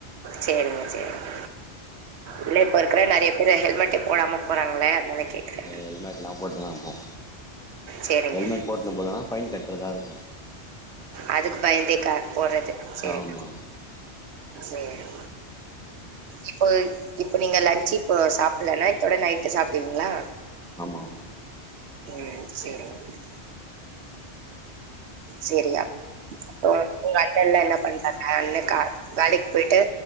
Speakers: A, on the right; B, in the centre.
A: செரிங்க செரிங்க இல்ல இப்ப இருக்கிற நெறைய பேரு ஹெல்மெட்டே போடாம போறாங்களே அதனால கேக்குறே.
B: ஹெல்மெட்லா போட்டு தா போவ
A: சேரிங்க.
B: ஹெல்மெட் போட்டுனு போலனா பைன் கட்டுறதா இருக்
A: அதுக்கு பயந்தே கா போறது செரி
B: ஆமா
A: செரி இப்போ இப்ப நீங்க லன்ஞ்சு இப்ப சாப்பிலனா இத்தோட நைட்டு சாப்டுவீங்களா
B: ஆமா ஆமா
A: ம் செரி செரியா ம் பாய் தெர்ல என்ன பண்றாங்க <unintelligible> வேலைக்கு போய்ட்டு